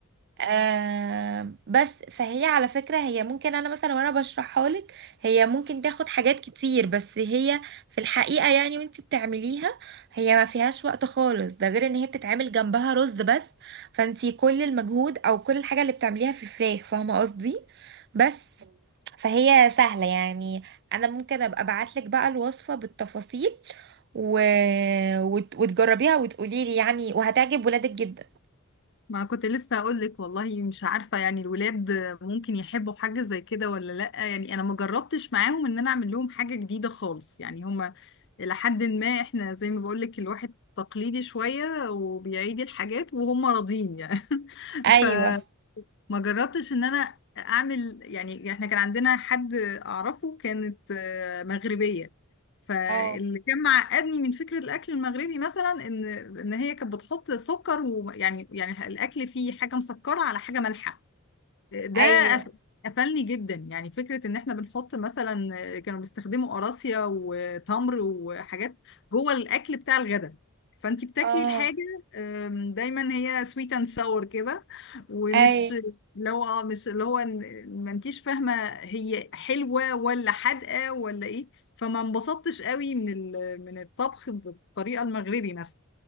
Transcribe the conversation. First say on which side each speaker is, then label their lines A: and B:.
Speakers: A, on the right; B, on the left.
A: آه بس فهي على فكرة هي ممكن أنا مثلا وأنا بشرحها لك هي ممكن تاخد حاجات كتير بس هي في الحقيقة يعني وانت بتعمليها هي ما فيهاش وقت خالص ده غير إن هي بتتعمل جنبها رز بس فانت كل المجهود أو كل الحاجة اللي بتعمليها في الفراخ فاهمة قصدي بس فهي سهلة يعني أنا ممكن أبقى أبعتلك بقى الوصفة بالتفاصيل و... وت... وتجربيها وتقوليلي يعني وهتعجب ولادك جدا
B: ما كنت لسه اقول لك والله مش عارفه يعني الولاد ممكن يحبوا حاجه زي كده ولا لا يعني انا ما جربتش معاهم ان انا اعمل لهم حاجه جديده خالص يعني هما الى حد ما احنا زي ما بقول لك الواحد تقليدي شويه وبيعيد الحاجات وهم راضين يعني <laughs>
A: أيوة
B: ف ما جربتش ان انا اعمل يعني احنا كان عندنا حد اعرفه كانت آه، مغربية فاللي
A: اه
B: كان معقدني من فكرة الاكل المغربي مثلا ان ان هي كانت بتحط سكر ويعني يعني الاكل فيه حاجة مسكرة على حاجة مالحة ده
A: ايوه
B: قف- قفلني جدا يعني فكرة ان احنا بنحط مثلا آه، كانوا بيستخدموا قراصية وتمر وحاجات جوه الاكل بتاع الغداء فانتي بتاكلي
A: اه
B: الحاجة آم، دايما هي سويت اند ساور كده ومش
A: ايوه
B: اللي هو اه مش اللي هو إن- ما انتيش فاهمة هي حلوة ولا حادقة ولا ايه فما انبسطتش قوي من ال- من الطبخ بالطريقة المغربي مثلا